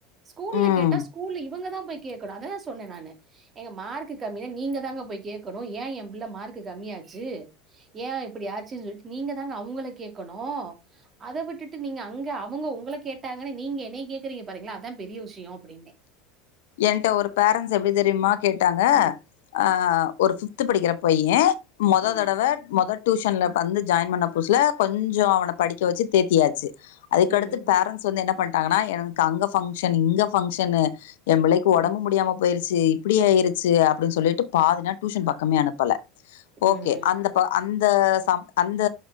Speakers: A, on the right; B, on the left.
A: ஸ்கூல்ல
B: ம்
A: கேட்டா ஸ்கூல்ல இவுங்கதா போய் கேக்கணோ அதா சொன்னே நானு ஏங்க மார்க்கு கம்மினு நீங்க தாங்க போய் கேக்கணோ ஏ எ பிள்ள மார்க்கு கம்மியா ஆச் சி ஏ இப்புடி ஆச்சுனு சொல்ட்டு நீங்க தாங்க அவுங்கள கேக்கணோ அத விட்டுட்டு நீங்க அங்க அவுங்க உங்கள அத கேட்டாங்கனு நீங்க என்னய கேக்குறீங்க பாருங்களா அதா பெரிய விஷயோ அப்டீனு
B: ஏன்ட்ட ஒரு பேரன்ட்ஸு எப்டி தெரியுமா கேட்டாங்க
A: ம்,
B: அ ஒரு ஃப்ஃப்து படிக்கிற பைய மொத
A: ம்,
B: தடவ மொத டூஷன்ல வந்து ஜாயின் பண்ண புதுசுல கொஞ்சோ அவன படிக்க வச்சு தேத்தியாச்சு அதுக்கடுத்து
A: ம்,
B: பேரண்ட்ஸ் வந்து என்ன பண்ட்டாங்கன்னா எனக்கு அங்க ஃபங்க்ஷன் இங்க ஃபங்க்ஷனு எ பிள்ளைக்கு
A: ம்,
B: ஒடம்பு முடியாம போயிடுச்சு இப்புடி ஆயிருச்சு அப்புடினு சொல்லிட்டு பாதி நாள் டியூஷன் பக்கமே அனுப்பல
A: ம்,
B: ஓகே அந்த ப அந்த சம் அந்த